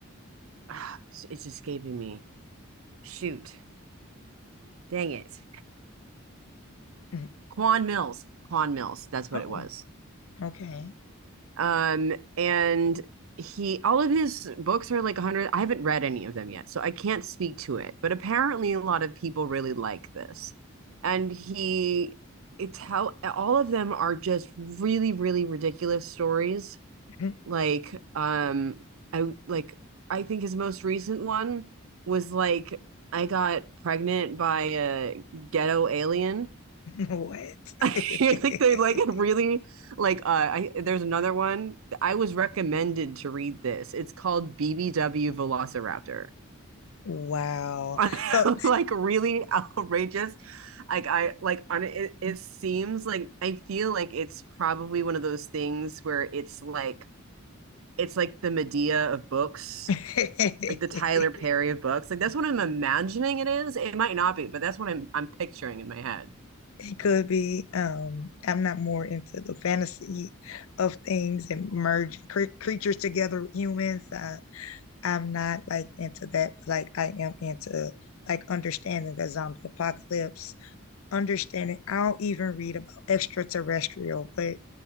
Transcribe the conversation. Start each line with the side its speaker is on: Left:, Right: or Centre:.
Right: ah, it's it's escaping me. Shoot, dang it,
Left: Mhm.
Right: Quan Mills. Quan Mills. That's what
Left: Oh,
Right: it was.
Left: okay.
Right: Um, and he all of his books are like 100 i haven't read any of them yet so i can't speak to it but apparently a lot of people really like this and he it's how all of them are just really really ridiculous stories
Left: <laughs>
Right: like um i like i think his most recent one was like i got pregnant by a ghetto alien
Left: What? <laughs>
Right: <laughs> like they like <laughs> it really like uh I, there's another one I was recommended to read this. It's called BBW Velociraptor.
Left: Wow.
Right: <laughs>
Left: So
Right: like really outrageous. Like I like on it it seems like I feel like it's probably one of those things where it's like it's like the Medea of books,
Left: <laughs>
Right: like the Tyler Perry of books. Like that's what I'm imagining it is. It might not be, but that's what I'm I'm picturing in my head.
Left: It could be. Um, I'm not more into the fantasy of things and merging cre creatures together with humans. I, I'm not like into that, but like I am into like understanding the zombie apocalypse, understanding. I'll even read about extraterrestrial, but